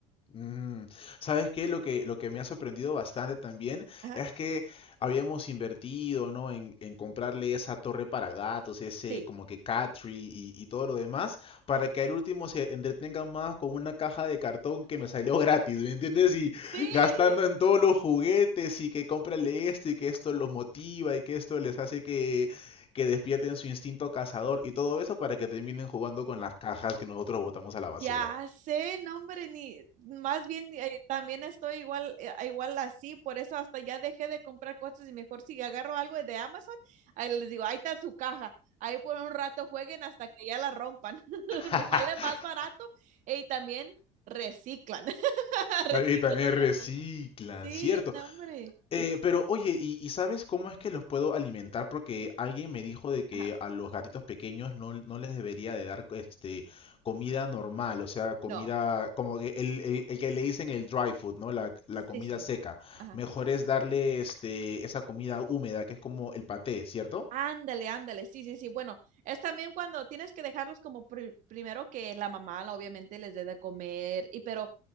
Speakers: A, on the left; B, on the right.
A: Mm, ¿Sabes qué? Lo que, lo que me ha sorprendido bastante también
B: Ajá.
A: es que habíamos invertido, ¿no? En, en comprarle esa torre para gatos, ese
B: Sí.
A: como que cat tree y, y todo lo demás, para que al último se entretengan más con una caja de cartón que me salió <laughs> gratis, ¿me entiendes? Y
B: Sí,
A: gastando en todos los juguetes y que cómprale esto y que esto los motiva y que esto les hace que, que despierten su instinto cazador y todo eso para que terminen jugando con las cajas que nosotros botamos a la basura.
B: Ya sé, no hombre, ni más bien eh, también estoy igual, eh, igual así, por eso hasta ya dejé de comprar cosas y mejor si agarro algo de Amazon, ahí les digo, ahí está su caja, ahí por un rato jueguen hasta que ya la rompan, <laughs>
A: <laughs>
B: Pues sale más barato eh, y también reciclan, <laughs> reciclan
A: También, también
B: los
A: reciclan,
B: gatos. Sí,
A: cierto.
B: no hombre,
A: Eh, pero oye, ¿y, y sabes cómo es que los puedo alimentar? Porque alguien me dijo de que
B: ajá,
A: a los gatitos pequeños no, no les debería de dar este comida normal, o sea, comida
B: no,
A: como que el, el- el que le dicen el dry food, ¿no? La, la
B: sí,
A: comida
B: sí, sí,
A: seca.
B: ajá.
A: Mejor es darle este esa comida húmeda que es como el paté, ¿cierto?
B: Ándale, ándale, sí, sí, sí. Bueno, es también cuando tienes que dejarlos como pri- primero que la mamá, la- obviamente, les dé de comer, y pero